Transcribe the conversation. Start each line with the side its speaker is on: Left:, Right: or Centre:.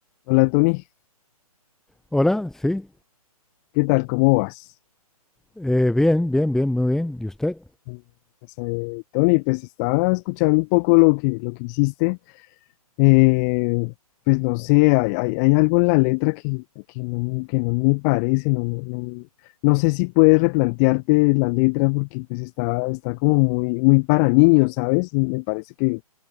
Left: Hola Tony,
Centre: Hola, sí.
Left: ¿qué tal? ¿Cómo vas?
Centre: Eh, bien, bien, bien, muy bien. ¿Y usted?
Left: Eh, pues, eh, Tony, pues estaba escuchando un poco lo que, lo que hiciste. Eh, pues no sé, hay, hay- hay algo en la letra que, que no, que no me parece, no, no, no- no sé si puedes replantearte la letra porque pues está, está como muy, muy para niños, ¿sabes? Me parece que,